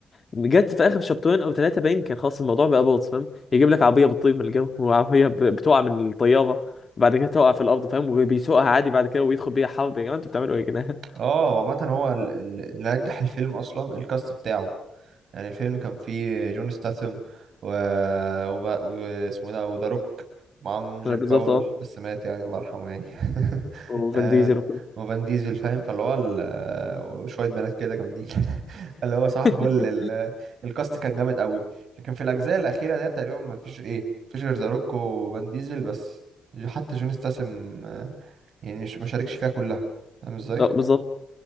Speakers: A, on the left; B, on the right.
A: جت في اخر شابترين او ثلاثه باين كان خلاص الموضوع بقى باظ فاهم يجيب لك عربيه بتطير من الجو وعربيه ب- بتقع من الطياره بعد كده تقع في الارض فاهم وبيسوقها عادي بعد كده ويدخل بيها حرب يا جماعه انتوا بتعملوا ايه يا جدعان
B: اه وعامة هو ال- ال- اللي نجح الفيلم اصلا الكاست بتاعه يعني الفيلم كان فيه جون ستاثام و... وب- واسمه ده وذا روك معاهم جاك
A: <laughs> بالظبط
B: باول
A: اه
B: بس مات يعني الله يرحمه يعني <laughs>
A: وفان
B: آه
A: ديزل وكله
B: وفان ديزل فاهم فاللي هو ال- آه، وشوية بنات كده جامدين <laughs> فاللي هو صح الفل
A: <laughs>
B: ال- الكاست كان جامد قوي لكن في الأجزاء الأخيرة ديت تقريبا ما فيش إيه مفيش غير ذا روك وفان ديزل بس حتى جون ستاثام آه، يعني مش ما شاركش فيها كلها فاهم ازاي؟
A: اه بالظبط